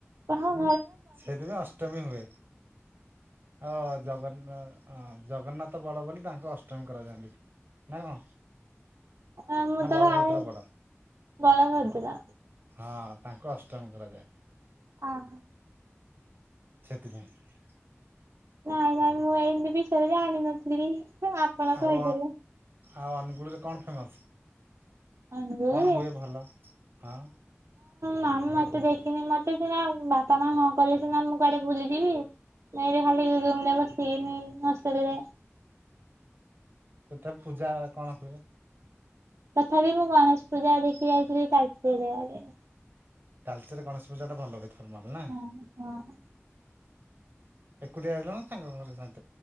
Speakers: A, on the right; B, on the right.
A: ହଁ।
B: ସେଇଥିପାଇଁ ଅଷ୍ଟମୀ ହୁଏ। ଅ ଜଗନ୍ନା ଅଁ ଜଗନ୍ନାଥ ବଡ ବୋଲି ତାଙ୍କୁ ଅଷ୍ଟମୀ କରାଯାନ୍ତି ନା କଣ?
A: ହଁ ମୁଁ
B: ନା
A: ତ
B: ବଳଭଦ୍ର
A: ଭାବେ
B: ବଡ
A: ବଳଭଦ୍ର
B: ହଁ। ତାଙ୍କୁ ଅଷ୍ଟମୀ କରାଯାଏ।
A: ହଁ।
B: ସେଥିପାଇଁ।
A: ନାଇଁ ନାଇଁ ମୁଁ ଏମିତି ବିଷୟରେ ଜାଣିନଥିଲି ଆପଣ
B: ଆଉ
A: କହିଦେଲେ।
B: ଆଉ ଅନୁଗୁଳୁ ରେ କଣ ଫେମସ।
A: ଅନୁଗୁଳରେ
B: କଣ ହୁଏ ଭଲ ହଁ।
A: ମାମଁ ମତେ ଦେଖିନି। ମତେ ସିନା ବାପା ମା ହଁ କଲେ ସିନା ମୁଁ କୁଆଡେ ବୁଲିଯିବି। ଏଇନେ ଖାଲି <unintelligible> ମସ୍ତ ଟାରେ।
B: ତଥାପି ପୂଜା କଣ ହୁଏ?
A: ତଥାପି ମୁଁ ଗଣେଶ ପୂଜା ଦେଖି ଯାଇଥିଲି ତାଲଚେର ଆଡେ।
B: ତାଳଚେରରେ ଗଣେଶ ପୂଜା ଟା ଭଲ ହୁଏ। ତୋର ବଲନା
A: ହଁ ହଁ
B: ଏକୁଟିଆ ଯାଇଥିଲ ନା ସାଙ୍ଗ ଘରେ ସାଂଗେ?